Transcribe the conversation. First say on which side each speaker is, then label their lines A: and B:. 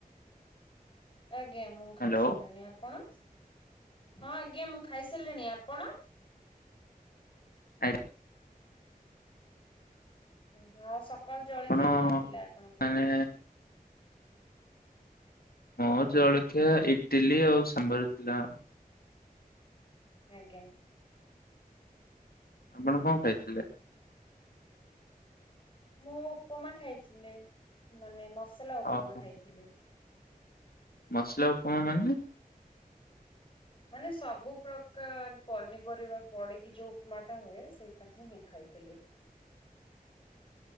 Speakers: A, on the left (about 35°); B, on the left (about 80°).
A: ଆଜ୍ଞା ମୁଁ ଖାଇସାରିଲିଣି।
B: ହ୍ୟାଲୋ
A: ଆପଣ ହଁ ଆଜ୍ଞା ମୁଁ ଖାଇସାରିଲିଣି। ଆପଣ?
B: ଆଜ୍ଞା।
A: ଓହୋ ଆଉ ସକାଳୁ ଜଳଖିଆ
B: ଆପଣ
A: କଣ ଥିଲା ଆପଣଙ୍କର?
B: ମାନେ ହଁ ଜଳଖିଆ ଇଟିଲି ଆଉ ସାମ୍ବର ଥିଲା।
A: ଆଜ୍ଞା।
B: ଆପଣ କଣ ଖାଇଥିଲେ?
A: ମୁଁ ଉପମା ଖାଇଥିଲେ ମାନେ ମସଲା ଉପମା
B: ଓହୋ
A: ଖାଇଥିଲେ।
B: ମସଲା ଉପମା ମାନେ
A: ମାନେ ସବୁ ପ୍ରକାର ପନିପରିବା ପଡିକି ଯୋଉ ଉପମା ଟା ହୁଏ ସେଇଟା ହିଁ ମୁଁ ଖାଇଥିଲି।